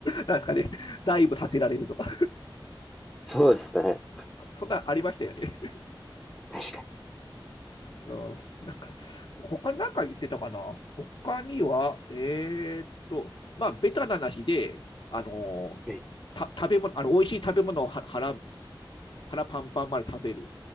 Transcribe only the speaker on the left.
なんですかね、ダイブさせられるとか、
そそんなんありましたよね。
うん、<laughs> なんか、他なんか言ってたかな他には、えーっと、まあ、ベタな話で、あの
た、食べ物、あの、美味しい食べ物をは腹、腹パンパンまで食べる。